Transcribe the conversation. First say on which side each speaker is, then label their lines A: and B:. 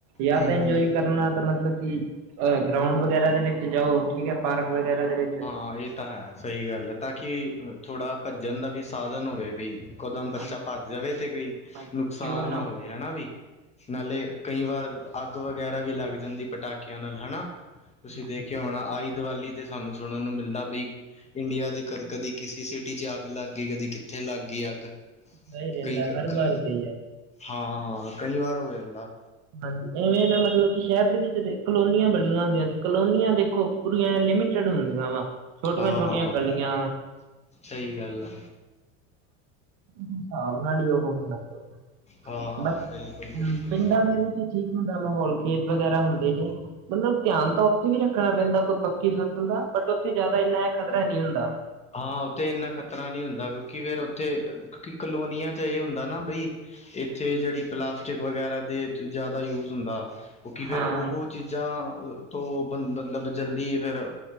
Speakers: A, on the right; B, on the left.
A: ਜਾਂ
B: ਹੂੰ,
A: ਤਾਂ ਇੰਜੋਏ
B: ਹੂੰ।
A: ਕਰਨਾ ਤਾਂ ਮਤਲਬ ਕਿ ਅ ਗਰਾਉਂਡ ਵਗੈਰਾ ਦੇ ਵਿੱਚ ਜਾਓ ਠੀਕ ਐ। ਪਾਰਕ ਵਗੈਰਾ ਦੇ ਵਿੱਚ।
B: ਹਾਂ ਏ ਤਾਂ ਹੈ। ਸਈ ਗੱਲ ਆ, ਤਾਂ ਕਿ ਥੋੜ੍ਹਾ ਭੱਜਣ ਦਾ ਵੀ ਸਾਧਨ ਹੋਵੇ ਬਈ। ਇਕੋ ਦਮ ਬੱਚਾ
A: ਹਾਂਜੀ
B: ਭੱਜ ਜਾਵੇ ਤੇ ਕੋਈ
A: ਹਾਂਜੀ
B: ਨੁਕਸਾਨ
A: ਜੇ ਉਹ
B: ਨਾ ਹੋਵੇ ਹਨਾ ਵੀ? ਨਾਲੇ ਕਈ ਵਾਰ ਅੱਗ ਵਗੈਰਾ ਵੀ ਲੱਗ ਜਾਂਦੀ ਪਟਾਕੇਆ ਨਾਲ ਹਨਾ? ਤੁਸੀਂ
A: ਹਾਂਜੀ
B: ਦੇਖੀਓ ਹੁਣ ਆਈ ਦਵਾਲੀ। ਤੇ ਸਾਨੂੰ ਸੁਣਨ ਨੂੰ ਮਿਲਦਾ ਬਈ, ਇੰਡੀਆ ਦੇ ਕ ਕਦੀ ਕਿਸੇ ਸਿਟੀ ਚ ਅੱਗ ਲੱਗ ਗਈ ਕਦੀ ਕਿਤੇ ਲੱਗ ਗਈ ਅੱਗ,
A: ਨਹੀਂ ਰਹਿੰਦਾ
B: ਕਈ ਖਖਾ
A: ਹਰ ਘਰ ਦੇ ਹੀ ਹੈ
B: ਹਾਂ -ਹਾ ਕਈ ਵਾਰ ਹੋ ਜਾਂਦਾ।
A: ਹਾਂਜੀ, ਇਵੇਂ ਦਾ ਮਤਲਬ ਕਿ ਸ਼ੈਰ ਦੇ ਵਿੱਚ ਕਲੋਨੀਆਂ ਬੜੀਆ ਹੁੰਦੀਆਂ ਨੇ, ਕਲੋਨੀਆਂ ਦੇਖੋ। ਪੂਰੀਆਂ ਲਿਮਿਟਡ ਹੁੰਦੀਆਂ ਵਾ, ਛੋਟੀਆਂ-ਛੋਟੀਆਂ
B: ਹਾਂ-ਹਾਂ
A: ਗਲੀਆਂ।
B: ਸਹੀ ਗੱਲ ਆ
A: ਹਿਸਾਬ ਨਾਲ ਈ ਓ ਹੋਣਾ ਚਾਈਦਾ।
B: ਹਾਂ-ਹਾਂ
A: ਬ
B: ਬਿਲਕੁਲ-ਬਿਲਕੁਲ
A: ਪਿੰਡਾਂ ਦੇ ਜਿਥੇ ਠੀਕ ਹੁੰਦਾ ਮਾਹੌਲ ਖੇਤ ਵਗੈਰਾ ਹੁੰਦੇ ਨੇ, ਮਤਲਬ ਧਿਆਨ ਤਾਂ ਓਥੇ ਵੀ ਰੱਖਣਾ ਪੈਂਦਾ ਕ ਕੀ ਫਸਲ ਦਾ, ਬਟ ਓਥੇ ਜ਼ਾਦਾ ਏਨਾ ਏ ਖ਼ਤਰਾ ਨਈ ਹੁੰਦਾ।
B: ਹਾਂ ਓਥੇ ਏਨਾ ਖਤਰਾ ਨੀ ਹੁੰਦਾ, ਕਿਉਂਕਿ ਫੇਰ ਓਥੇ ਕਿਉਂਕਿ ਕਲੋਨੀਆਂ ਚ ਏ ਹੁੰਦਾ ਨਾ ਬਈ ਇੱਥੇ ਜੇੜੀ ਪਲਾਸਟਿਕ ਵਗੈਰਾ ਦੇ ਜ਼ਾਦਾ ਯੂਜ ਹੁੰਦਾ। ਕਿਉਂਕਿ ਫੇਰ
A: ਹਾਂ
B: ਉਹ ਚੀਜ਼ਾਂ ਤੋਂ ਬ ਮਤਲਬ ਜਲਦੀ ਫੇਰ